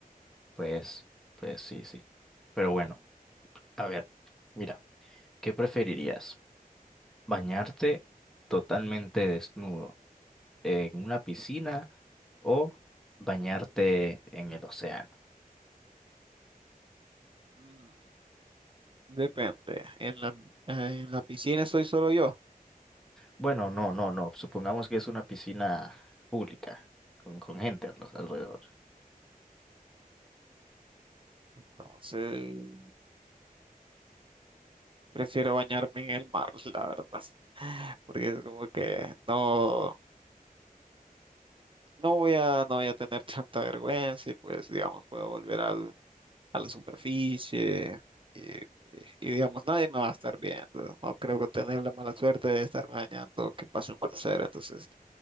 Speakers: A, in the centre; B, on the right (about 35°).
A: Pues, pues sí, sí. Pero bueno, a ver, mira, ¿qué preferirías? ¿Bañarte totalmente desnudo en una piscina o bañarte en el océano?
B: Mm, Depende. En la, eh, en la piscina estoy solo yo,
A: Bueno, no, no, no. Supongamos que es una piscina pública, con, con gente a los- alrededor.
B: entonces prefiero bañarme en el mar, <laughs> la verdad. Porque es como que no, no voy a, no voy a tener <laughs> tanta vergüenza y pues, digamos, puedo volver al a la superficie y, y- y, digamos, nadie me va a estar viendo. No creo que tener la mala suerte de estar bañando, que pase un crucero. Entonces,